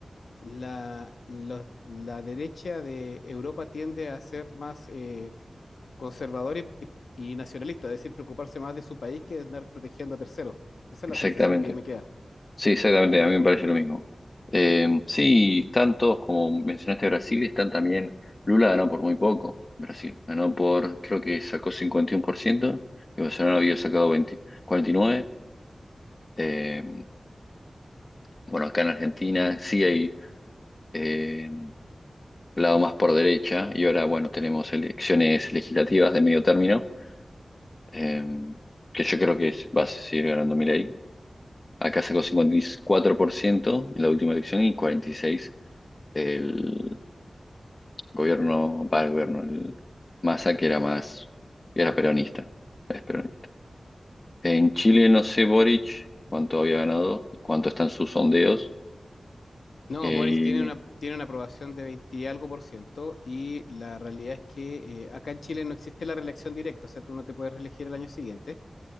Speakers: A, on the left; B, on the left.
A: la, los- la derecha de Europa tiende a ser más... eh, conservador y, y- y nacionalista, es decir, preocuparse más de su país que de andar protegiendo a terceros. Esa
B: exactamente.
A: es la sensación que ahí me queda.
B: Sí, exactamente, a mí me parece lo mismo. Eh, sí, están todos, como mencionaste, Brasil, están también, Lula ganó por muy poco, Brasil, ganó por, creo que sacó cincuenta y uno por ciento y Bolsonaro había sacado 20 49%. Eh, bueno, acá en Argentina sí hay eh, lado más por derecha, y ahora, bueno, tenemos elecciones legislativas de medio término, eh, que yo creo que es- va a seguir ganando Milei. Acá sacó 54% en la última elección y 46. el gobierno, para el gobierno, el Massa que era más, era peronista, es peronista. En Chile no sé Boric cuánto había ganado y cuánto están sus sondeos.
A: No,
B: eh,
A: Boris tiene una,
B: y
A: tiene una aprobación de 20 y algo por ciento y la realidad es que eh, acá en Chile no existe la reelección directa, o sea, tú no te puedes reelegir el año siguiente.